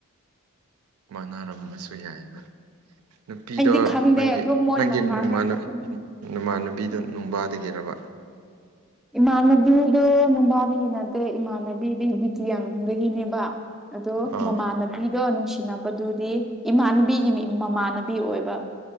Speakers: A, on the right; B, in the centre.
A: ꯃꯅꯥꯔꯝꯕꯁꯨ ꯌꯥꯏ ꯅꯨꯄꯤꯗꯣ
B: ꯑꯩꯗꯤ ꯈꯪꯗꯦ
A: ꯅꯪꯒꯤ
B: ꯑꯗꯣ ꯃꯣꯏꯅ
A: ꯅꯪꯒꯤ
B: ꯉꯥꯡꯅꯔꯛꯄ
A: ꯅꯃꯥꯟ
B: ꯈꯪꯉ
A: ꯅꯃꯥꯟꯅꯕꯤꯗꯣ
B: ꯎꯝ
A: ꯅꯣꯡꯕꯥꯗꯒꯤꯔꯕ
B: ꯏꯃꯥꯟꯅꯕꯤꯗꯣ ꯅꯨꯡꯕꯥꯗꯒꯤ ꯅꯠꯇꯦ ꯏꯃꯥꯟꯅꯕꯤꯗꯤ ꯕꯤꯇꯤꯌꯥꯡꯗꯒꯤꯅꯦꯕ ꯑꯗꯣ
A: ꯑꯥ
B: ꯃꯃꯥꯟꯅꯕꯤꯗꯣ ꯅꯨꯡꯁꯤꯅꯕꯗꯨꯗꯤ ꯏꯃꯥꯟꯅꯕꯤꯒꯤ ꯃꯃꯥꯟꯅꯕꯤ ꯑꯣꯏꯕ